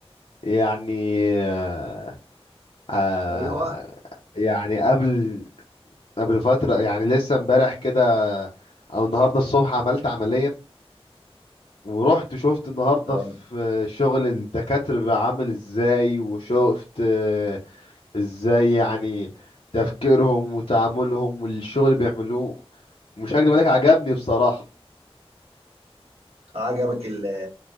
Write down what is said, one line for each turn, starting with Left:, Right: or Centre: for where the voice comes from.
Left: يعني آه، آه،
Right: ايوه
Left: يعني قبل قبل فترة يعني لسه امبارح كده او النهاردة الصبح عملت عملية ورحت شفت النهاردة
Right: اه
Left: في شغل الدكاترة بقى عامل ازاي وشفت آه، ازاي يعني تفكيرهم وتعاملهم والشغل اللي بيعملوه مش هكدب عليك عجبني بصراحة
Right: عجبك ال-